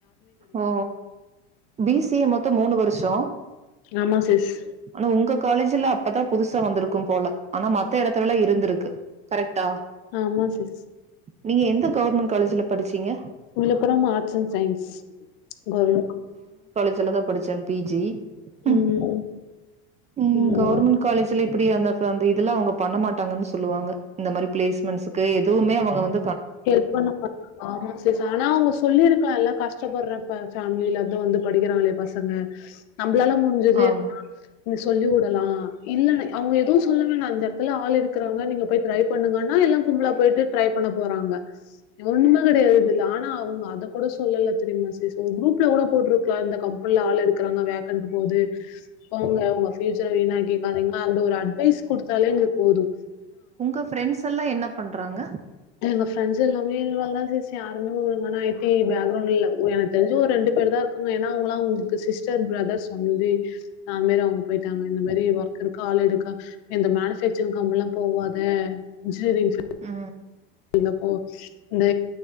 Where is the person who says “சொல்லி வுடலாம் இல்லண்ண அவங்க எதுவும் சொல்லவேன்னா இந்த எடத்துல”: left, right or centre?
Left